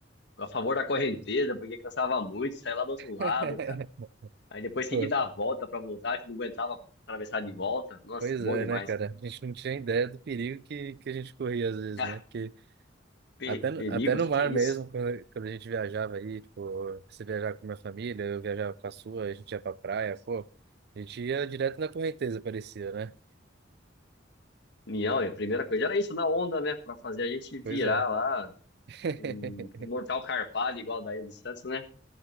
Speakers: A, on the left; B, on the right.
A: a favor da correnteza, porque cansava muito, saía lá do outro lado,
B: <laughs>
A: cara. Aí depois tinha
B: Pô,
A: que dar a volta pra voltar, que não aguentava atravessar de volta. Nossa,
B: Pois
A: bom
B: é,
A: demais.
B: né, cara? A gente não tinha ideia do perigo que, que a gente corria às vezes,
A: <laughs> Ah,
B: né? Porque
A: pe-
B: até, no-
A: perigo,
B: até no
A: o que
B: mar
A: que é isso?
B: mesmo, quando, quando a gente viajava aí, tipo, você viajava com a minha família, eu viajava com a sua, a gente ia pra praia, pô, a gente ia direto na correnteza, parecia, né?
A: Não, a primeira coisa era isso na onda, né? Pra fazer a gente virar
B: Pois é,
A: lá,
B: <laughs>
A: um mortal carpado igual daí do Santos, né?